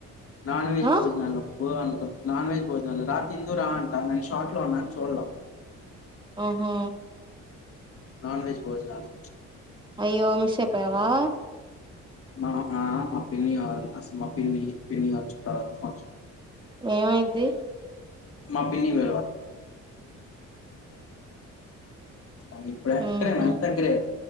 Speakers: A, on the left; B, on the right.
A: నాన్ వెజ్
B: ఆ
A: భోజనాలు <unintelligible> నాన్ వెెజ్ భోజనాలు రా తిందురా రా అంటా నేను షార్ట్ లో ఉన్నా చూలేం
B: ఓహో
A: నాన్ వెెజ్ భోజనాలు
B: అయ్యో మిస్ ఐపోయావా
A: మా మా పిన్నివాళ్ళు అసలు మా పిన్ని పిన్నివాళ్ళ చుట్టలది పంక్షన్
B: ఏమైద్ది
A: మా పిన్ని <unintelligible> <unintelligible> మా ఇంటి
B: ఉహు
A: దగ్గరే